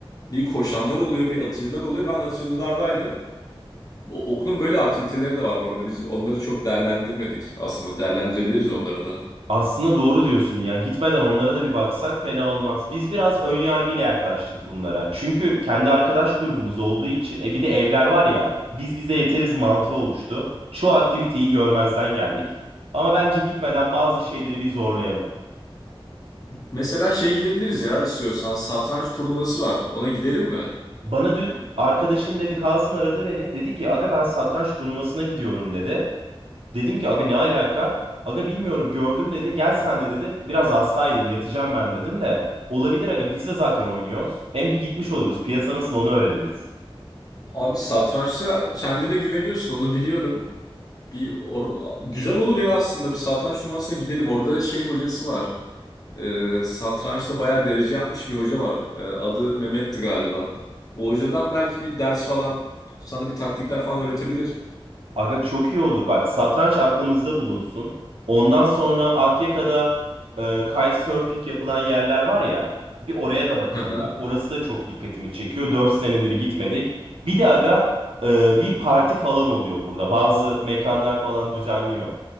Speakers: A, on the left; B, on the right.
A: Bir koşanlar oluyor, bir atıcılar oluyor. Ben atıcılardaydım. O- okulun böyle aktiviteleri de var bu arada. Biz onları çok değerlendirmedik. Aslında değerlendirebiliriz onları da.
B: Aslında doğru diyorsun ya. Gitmeden onlara da bir baksak fena olmaz. Biz biraz ön yargıyla yaklaştık bunlara. Çünkü kendi arkadaş grubumuz olduğu için e bir de evler var ya. Biz bize yeteriz mantığı oluştu. Çoğu aktiviteyi görmezden geldik. Ama bence gitmeden bazı şeyleri bir zorlayalım.
A: Mesela şey gidebiliriz ya istiyorsan. Satranç turnuvası var. Ona gidelim mi?
B: Bana dün arkadaşım dedi Kasım aradı beni. Dedi ki aga ben satranç turnuvasına gidiyorum dedi. Dedim ki aga ne alaka? Aga bilmiyorum gördüm dedi. Gel sen de dedi. Biraz hastaydım yatacağım ben dedim de. Olabilir aga biz de zaten oynuyoruz. Hem bir gitmiş oluruz. Piyasa nasıl onu öğreniriz.
A: Abi satrançta kendine güveniyorsun onu biliyorum. Bir orada güzel olur ya aslında bir satranç turnuvasına gidelim. Orada şey hocası var. Ee, satrançta bayağı derece yapmış bir hoca var. Ee, adı Mehmet'ti galiba. O hocadan belki bir ders falan sana bir taktikler falan öğretebilir.
B: Aga çok iyi olur bak. Satranç aklımızda bulunsun. Ondan sonra Akyaka'da e, kitesurfing yapılan yerler var ya. Bir oraya da bakalım
A: <laughs>
B: bak. Orası da çok dikkatimi çekiyor. 4 senedir gitmedik. Bir de aga e, bir parti falan oluyor burada. Bazı mekanlar falan düzenliyor.